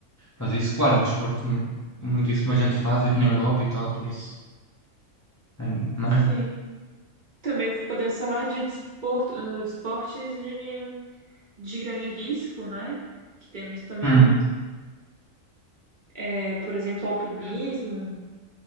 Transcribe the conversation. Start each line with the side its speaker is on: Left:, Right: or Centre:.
Left: Mas isso, claro, é um desporto mu- muitíssima gente faz aqui na Europa e tal, por isso, é, não
Right: Sim.
Left: é?
Right: Também podemos falar de desporto, no- de esportes de, de grande risco, né? Que temos também,
Left: Hum,
Right: é, por exemplo, alpinismo,